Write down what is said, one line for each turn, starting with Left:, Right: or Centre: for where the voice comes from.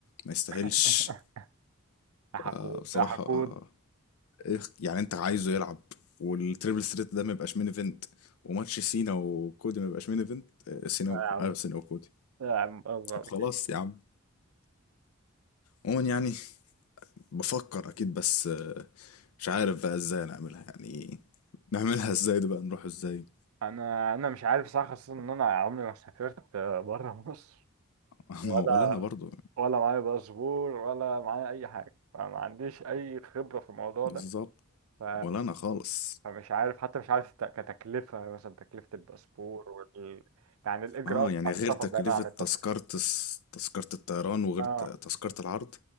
Left: ما يستاهلش
Right: <laughs> يا حقود
Left: آه، بصراحه
Right: يا حقود
Left: آه، إيه يعني انت عايزه يلعب والتريبل ثريت ده ما يبقاش مين ايفنت وماتش سينا وكودي ما يبقاش مين ايفنت آه، سينا
Right: يا
Left: و...
Right: عم
Left: ايوه سينا وكودي
Right: يا عم أصغر
Left: طب خلاص
Right: فيك
Left: يا عم عموما يعني بفكر اكيد بس آه، مش عارف بقى ازاي نعملها يعني نعملها ازاي دي بقى نروح ازاي
Right: أنا أنا مش عارف صح خصوصا إن أنا عمري ما سافرت بره مصر
Left: <laughs>
Right: ولا
Left: ما هو ولا انا برضو
Right: ولا معايا باسبور ولا معايا أي حاجة فما عنديش أي خبرة في الموضوع
Left: بالظبط
Right: ده ف...
Left: ولا انا خالص
Right: فمش عارف حتى مش عارف ت- كتكلفة مثلا تكلفة الباسبور وال... يعني الإجراءات
Left: اه يعني
Right: بتاعت
Left: غير
Right: السفر
Left: تكلفة
Right: بعيدا عن
Left: تذكرة
Right: التذكرة
Left: الس- تذكرة الطيران وغير
Right: آه
Left: ت- تذكرة العرض